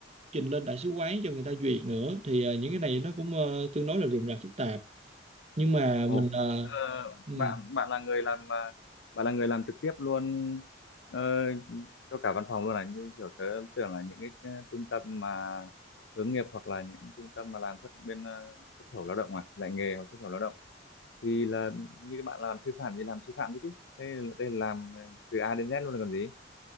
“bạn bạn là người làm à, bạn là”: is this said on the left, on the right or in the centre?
Left